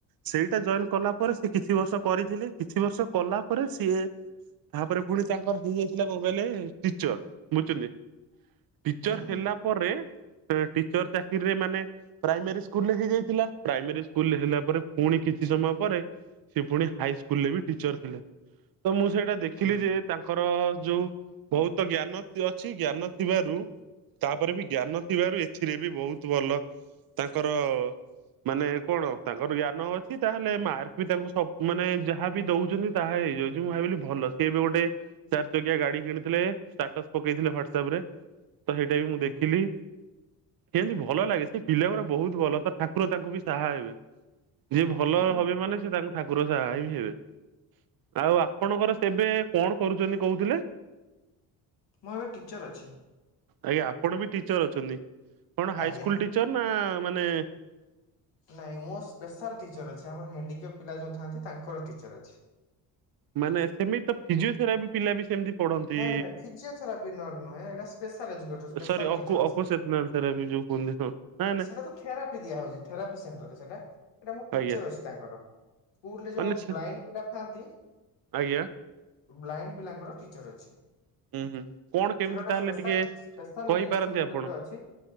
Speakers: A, on the right; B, on the left.
A: ସେଇଟା ଜଏନ କଲା ପରେ ସେ କିଛି ବର୍ଷ କରିଥିଲେ କିଛି ବର୍ଷ କଲା ପରେ ସିଏ ତାପରେ ପୁଣି ତାଙ୍କର ହେ ଯାଇଥିଲା କଣ କହିଲେ ଟିଚର, ବୁଝୁଛନ୍ତି? ଟିଚର
B: ହୁଁ,
A: ହେଲା
B: ହୁଁ,
A: ପରେ ଟିଚର ଚାକିରିରେ ମାନେ ପ୍ରାଇମେରୀ ସ୍କୁଲରେ ହେ ଯାଇଥିଲା ପ୍ରାଇମେରୀ ସ୍କୁଲରେ ହେଲା ପରେ ପୁଣି କିଛି ସମୟ ପରେ ସେ ପୁଣି ହାଇସ୍କୁଲରେ ବି ଟିଚର ଥିଲେ। ତ ମୁଁ ସେଇ ସେଟା ଦେଖିଲି
B: ଉଁ, ହୁଁ,
A: ଯେ ତାଙ୍କର ଯୋଉ ବହୁତ ଜ୍ଞାନ ଅଛି। ଜ୍ଞାନ ଥିବାରୁ ତାପରେ ବି ଜ୍ଞାନ ଥିବାରୁ ଏଥିରେ ବି ବହୁତ ଭଲ ତାଙ୍କର ମାନେ କଣ ତାଙ୍କର ଜ୍ଞାନ ଅଛି ତାହେଲେ ମାର୍କ ବି ତାଙ୍କୁ ସବ ମାନେ ଯାହାବି ଦଉଛନ୍ତି ତାହା ହେଇଯାଉଉଛି ମୁଁ ଭାବିଲି ଭଲ ସିଏ ଏବେ ଗୋଟେ ଚାର୍ ଚକିଆ ଗାଡି କିଣିଥିଲେ ଷ୍ଟାଟସ ପକେଇଥିଲେ ହ୍ୱାଟସଆପ ରେ। ତ ସେଇଟା ମୁଁ
B: ଉଁ,
A: ଦେଖିଲି
B: ହୁଁ,
A: କେମତି ଭଲ ଲାଗେ ସେ ପିଲା ଗୁ ବହୁତ ଭଲ। <unintelligible> କୁକୁର ତାଙ୍କୁ ବି ସାହା ହେବେ ଯିଏ
B: ହୁଁ,
A: ଭଲ
B: ହୁଁ।
A: ହବେ ମାନେ ସେ ତାଙ୍କୁ ଠା ପରସା ବି ହେବେ। ଆଉ ଆପଣଙ୍କର ସେବେ କଣ କରୁଛନ୍ତି କହୁଥିଲେ?
B: ମୁଁ ଏବେ ଟିଚର୍ ଅଛି।
A: ଆଜ୍ଞା ଆପଣ ବି ଟିଚର ଅଛନ୍ତି। କଣ ହାଇସ୍କୁଲ
B: ଆଜ୍ଞା,
A: ଟିଚର ନା ମାନେ
B: ନାଇଁ ମୋ ସ୍ପେଶାଲ ଟିଚର ଅଛି ଆମର ହଣ୍ଡିକେପ ପିଲା ଯୋଉ ଥାନ୍ତି ତାଙ୍କର ଟିଚର ଅଛି।
A: ମାନେ ସେମିତି ତ ଫିଜିଓଥେରାପି ପିଲା ବି ସେମିତି଼ ପଢନ୍ତି
B: ନାଇଁ, ନାଇଁ, ନାଇଁ ଫିଜିଓଥେରାପି ନ ନୁହେଁ ଏଇଟା ସ୍ପେଶାଲ୍ ଏଜୁକେଟର୍ ସ୍ପେଶାଲ୍
A: ସରି ଅ ଅକୁ
B: ଟିଚର୍
A: <unintelligible> ସେ ବି ଯଉ କୁହନ୍ତି ନାଇଁ ନାଇଁ
B: ସେଇଟା ତ ଥେରାପି ଦିଆ ହଉଛି ଥେରାପି ସେଣ୍ଟର ରେ ସେଇଟା। ଏଇଟା ମୁଁ ଟିଚର
A: ଆଜ୍ଞା
B: ଅଛି ତାଙ୍କର। ସ୍କୁଲ ରେ
A: ମାନେ
B: ଯୋଉ
A: ସେ
B: ବ୍ଲାଇଣ୍ଡ ପିଲା ଥାନ୍ତି
A: ଆଜ୍ଞା
B: ବ୍ଲାଇଣ୍ଡ ପିଲାଙ୍କର ଟିଚର ଅଛି।
A: ହୁଁ ହୁଁ କଣ କେମିତି
B: ସେଟା ଗୋଟେ
A: ତାହେଲେ
B: ସ୍ପସିଆଲ
A: ଟିକେ
B: ସ୍ପେସିଆଲ
A: କହିପାରନ୍ତି
B: ଏଜୁକେସନ ବୋଲି
A: ଆପଣ
B: ଗୋଟେ ଅଛି।